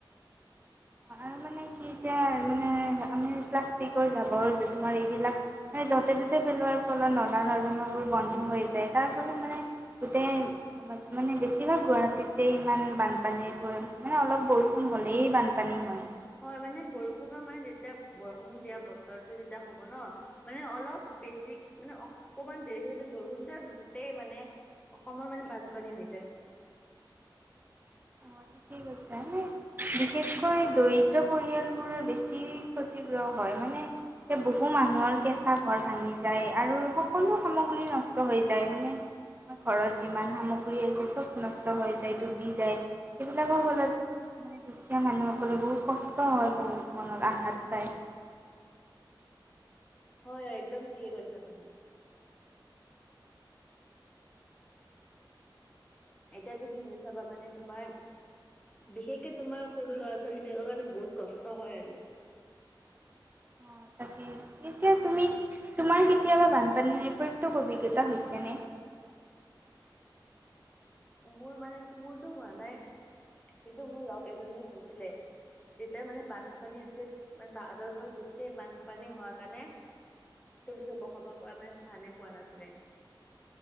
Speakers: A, on the right; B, on the left.
A: আৰু মানে। কি এতিয়া মানে আমি প্লাষ্টিকৰ জাবৰ -জোথমাৰ এইবিলাক। আমি য'তে ত'তে পেলোৱাৰ ফলত নলা নৰমাবোৰ বন্ধ হৈ যায় তাৰ ফলত মানে গতেই। মানে বেছিভাগ গুৱাহাটীতে ইমান বানপানীৰ পৰিম মানে অলপ বৰষুণ হ'লেই বানপানী হয়।
B: হয় মানে বৰষুণৰ মানে যেতিয়া বৰষুণ দিয়া বতৰটো যেতিয়া হ'ব ন। মানে অলপ বেছি মানে অকণমান দেৰি যদি বৰষুণতে গোটেই মানে অসমৰ মানে বানপানী হয় যায়।
A: অ ঠিকেই কৰিছা হেই। বিশেষকৈ দৰিদ্ৰ পৰিয়ালবোৰ বেছি ক্ষতিগ্ৰহ হয় মানে। সেই বহু মানুহৰ কেঁচা ঘৰ ভাঙি যায় আৰু সকলো সামগ্ৰী নষ্ট হৈ যায় মানে আমাৰ ঘৰত যিমান সামগ্ৰী আছে চব নষ্ট হৈ যায় ডুবি যায়। সেইবিলাকৰ ফলত মানে দুখীয়া মানুহসকলে বহুত কষ্ট হয় বহুত মনত আঘাত পায়।
B: হয় হয় একদম ঠিকে কৈছা তুমি। এতিয়া তুমি নিজে চাবা মানে তোমাৰ। বিশেষকে তোমাৰ সৰু ল'ৰা- ছোৱালী বিলাকৰ কাৰণে বহুত কষ্ট হয় আৰু
A: অ তাকে তেতিয়া তুমি। তোমাৰ কেতিয়াবা বানপানীৰৰে প্ৰত্যক অভিজ্ঞতা হৈছেনে।
B: মোৰ মানে মোৰতো হোৱা নাই কিন্তু মোৰ লগ এজনীৰ হৈছিলে। যেতিয়া মানে বানপানী হৈছে মানে তাহাঁতৰ ঘৰ গোটেই বানপানী হোৱা কাৰণে। তেওঁলোকে বসবাস কৰা মানে স্থানে পোৱা নাছিলে।